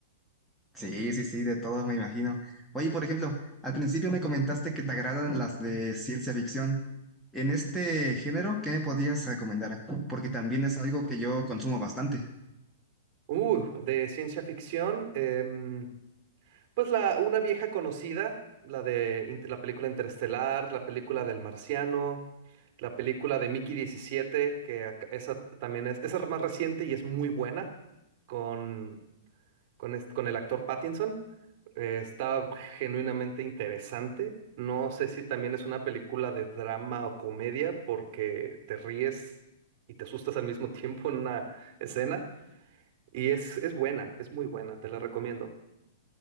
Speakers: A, in the centre; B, on the right.
A: Sí, sí, sí, de todo me imagino. Oye, por ejemplo, al principio me comentaste que te agradan las de ciencia ficción. En este género, ¿qué me podías recomendar? Porque también es algo que yo consumo bastante.
B: Uh, de ciencia ficción, em, Pues la, una vieja conocida, la de Int- la película Interestelar, la película del Marciano, la película de Mickey 17, que ac- esa también es, esa es más reciente y es muy buena, con, con, est- con el actor Pattinson. Eh, está genuinamente interesante. No sé si también es una película de drama o comedia, porque te ríes y te asustas al mismo <laughs> tiempo en una escena. Y es, es buena, es muy buena, te la recomiendo.